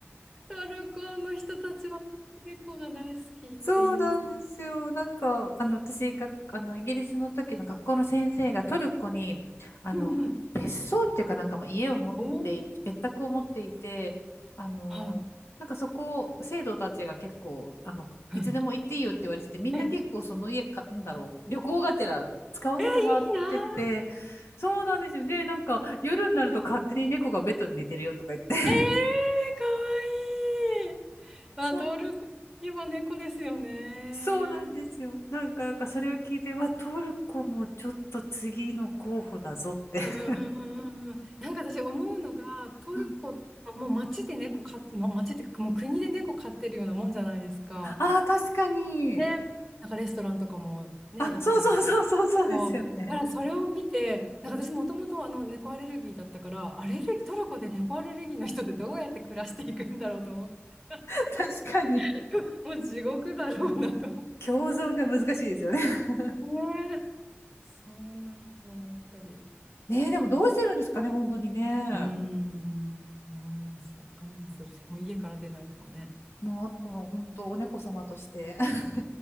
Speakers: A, in the centre; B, on the left.
A: トルコの人たちは猫が大好きって言います。
B: そうなんですよ。なんか、あの、私が、あの、イギリスの時の学校の先生がトルコに、あの、
A: うんうん。
B: 別荘っていうかなんかまあ家を持ってい、
A: おお、
B: 別宅を持っていて、あの、
A: は
B: なんかそこ、生徒たちが結構、あの、
A: い、
B: いつでも行っていいよって言われてて、
A: はい。
B: みんな結構その家か、
A: え、え、
B: なんだろう、旅行がてら使わせてもらってて、
A: いいな
B: そうなんですよ。で、なんか夜になると勝手に猫がベッドで寝てるよとか言って。
A: ええー、かわいい。
B: <laughs>
A: まあ、
B: そう。
A: トルコといえば猫ですよね。
B: そうなんですよ。なんか、なんかそれを聞いて、わ、トルコもちょっと次の候補だぞって。
A: うんうんうんうんうんうん。
B: <laughs>
A: なんか私思うのが、トルコ、
B: うん
A: もう街で猫飼って、ま、街っていうかもう国で猫飼ってるようなもんじゃないですか。
B: ああ、確かに。
A: ね、なんかレストランとかもね、
B: あ、
A: いたりとか。
B: そうそうそうそうそうですよね。
A: そう。だからそれを見て、なんか私もともとあの猫アレルギーだったから、アレルギー、トルコで猫アレルギーの人ってどうやって暮らしていくんだろうと思って、
B: <laughs> 確かに。
A: <laughs> もう地獄だろうなと思って。
B: 共存が難しいですよね。<laughs>
A: ねえ。そんなこと思ったり、
B: ねえ、でもどうしてるんですかね、
A: とう
B: 本当にね。
A: ーん、思います。我慢するしか、もう家から出ないとかね。
B: もうあと、本当、お猫様として <laughs>